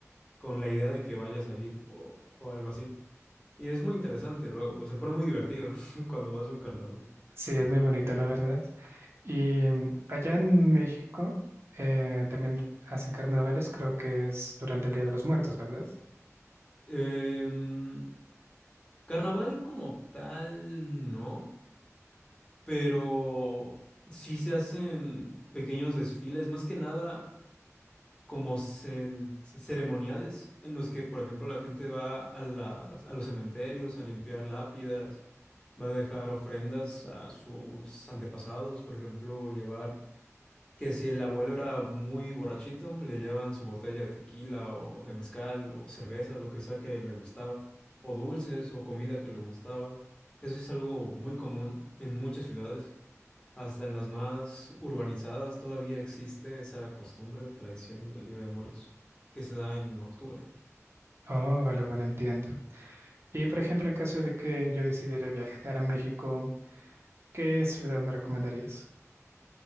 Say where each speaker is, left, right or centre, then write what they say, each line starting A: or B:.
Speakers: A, on the left; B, on the right.
A: con la idea de que vayas a ir o, o algo así. Y es muy interesante luego, se pone muy divertido <laughs> cuando vas a un carnaval.
B: Sí, es muy bonito, la verdad. Y mm, allá en México eh, también hacen carnavales, creo que es durante el Día de los Muertos, ¿verdad?
A: Em, carnaval como tal, no, pero sí se hacen pequeños desfiles, más que nada como ce- ceremoniales, en los que, por ejemplo, la gente va a las, a los cementerios a limpiar lápidas, va a dejar ofrendas a sus antepasados, por ejemplo, llevar que si el abuelo era muy borrachito, le llevan su botella de tequila o de mezcal o cerveza, lo que sea que le gustaba, o dulces o comida que le gustaba. Eso sí es algo muy común en muchas ciudades, hasta en las más urbanizadas todavía existe esa costumbre, tradición del Día de Muertos, que se da en octubre.
B: Oh, vale, vale, entiendo. Y por ejemplo, en caso de que yo decidiera viajar a México, ¿Qué ciudad me recomendarías?